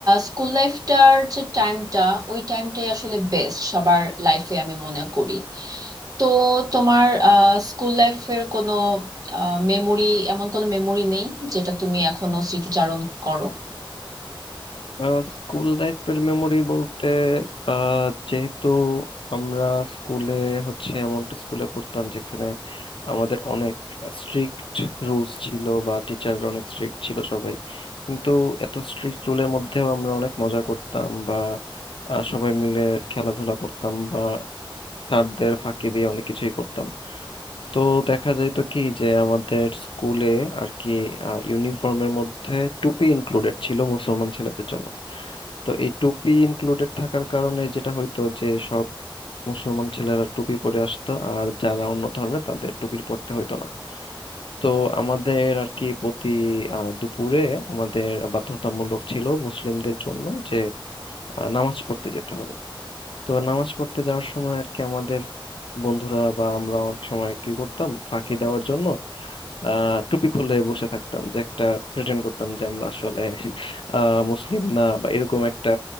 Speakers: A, on the right (about 40°); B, on the left (about 70°).
A: স্কুল লাইফটার যে টাইমটা ওই টাইমটাই আসলে বেস্ট সবার লাইফে আমি মনে করি তো তোমার স্কুল লাইফের কোনো মেমোরি এমন কোনো মেমোরি নেই যেটা তুমি এখনো স্মৃতিচারণ করো
B: আহ, স্কুল লাইফের মেমোরি বলতে আহ, যেহেতু আমরা স্কুলে হচ্ছে এমন একটা স্কুলে পড়তাম যেখানে আমাদের অনেক স্ট্রিক্ট রুলস ছিল বা টিচাররা অনেক স্ট্রিক্ট ছিল সবাই কিন্তু এত স্ট্রিক্ট রুলের মধ্যেও আমরা অনেক মজা করতাম বা আহ, সবাই মিলে খেলাধুলা করতাম বা স্যারদের ফাঁকি দিয়ে অনেক কিছুই করতাম তো দেখা যায় তো কি যে আমাদের স্কুলে আর কি ইউনিফর্মের মধ্যে টুপি ইনক্লুডেড ছিল মুসলমান ছেলেদের জন্য তো এই টুপি ইনক্লুডেড থাকার কারণে যেটা হইতো যে সব মুসলমান ছেলেরা টুপি পরে আসতো আর যারা অন্য ধর্মে তাদের টুপি পরতে হইতো না তো আমাদের আর কি প্রতি আহ, দুপুরে আমাদের বাধ্যতামূলক ছিল মুসলিমদের জন্য যে আহ, নামাজ পড়তে যেতে হবে তো নামাজ পড়তে যাওয়ার সময় আর কি আমাদের বন্ধুরা বা আমরা অনেক সময় কি করতাম ফাঁকি দেওয়ার জন্য আহ টুপি খুলে বসে থাকতাম যে একটা প্রেটেন্ড করতাম যে আমরা আসলে <laughs> আহ মুসলিম না বা এরকম একটা